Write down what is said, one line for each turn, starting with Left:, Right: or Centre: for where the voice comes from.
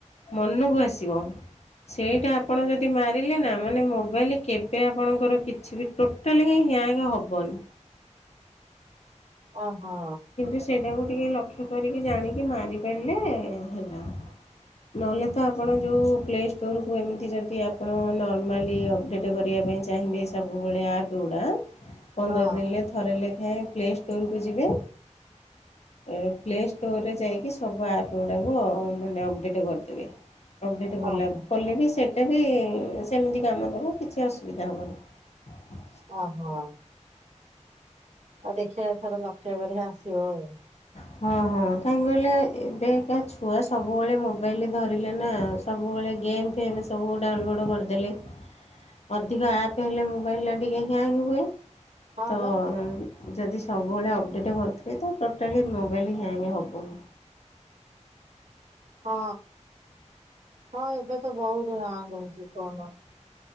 Left: ମନକୁ ଆସିବ। <unintelligible> ସେଇଟା ଆପଣ ଯଦି ମାରିଲେ ନା ମାନେ ମୋବାଇଲ କେବେ ଆପଣଙ୍କର କିଛି ବି ଟୋଟାଲ ହିଁ ହ୍ୟାଙ୍ଗ ହବନି।
Right: ଓହୋ।
Left: କିନ୍ତୁ ସେଇଟାକୁ ଟିକେ ଲକ୍ଷ୍ୟ କରିକି ଜାଣିକି ମାରି ପାରିଲେ ହେଲା। ନହେଲେ ତ ଆପଣ ଯଉ ପ୍ଲେ ଷ୍ଟୋରକୁ ଏମିତି ଯଦି ଆପଣ ନର୍ମାଲି ଅପଡ଼େଟ୍ କରିବା ରିବା ଚାହିଁବେ ସବୁବେଳେ ଆପଗୁଡା ପନ୍ଦର
Right: ହଁ
Left: ଦିନେ ଥରେ ଲେଖାଏଁ ପ୍ଲେ ତୋରକୁ ଯିବେ। ଏ ପ୍ଲେ ଷ୍ଟୋରରେ ଯାଇକି ସବୁ ଆପ୍ ଗୁଡ଼ାକୁମାନେ ଅପଡ଼େଟ୍ କରିଦେବେ। ଅପଡେଟ ଗଲା
Right: ଓହୋ
Left: କଲେ ବି ସେଟା ବି ସେମିତି କାମ ଦବ କିଛି ଅସୁବିଧା ହେବନି।
Right: ଓ ହୋ। ଆଉ ଦେଖିବା ଥର ଲକ୍ଷ୍ୟ କରିିବା ଆସିବ ଆଉ।
Left: ହଁ ହଁ କାହିଁକି କହିଲେ ଏବେ କା ଚୁ ଛୁଆ ସବୁବେଳେ ମୋବାଇଲ ଧରିଲେ ନା ସବୁବେଳେ ଗେମ୍ ଫେମ୍ ସବୁ ଡାଉନଲୋଡ଼୍ କରିଦେଲେ। ଅଧିକ ଆପ୍ ହେଲେ ମୋବାଇଲଟା ଟିକେ ହ୍ୟାଙ୍ଗ ହୁଏ।
Right: ହଁ
Left: ତ
Right: ବା
Left: ଯଦି ସବୁବେଳେ ଅପଡେଟ୍ କରୁଥିବେ ତ ଟୋଟଲି ମୋବାଇଲ ହ୍ୟାଙ୍ଗେ ହବନି।
Right: ହଁ ହଁ ଏବେ ତ ବହୁତ ହ ହଉଛି କଣ।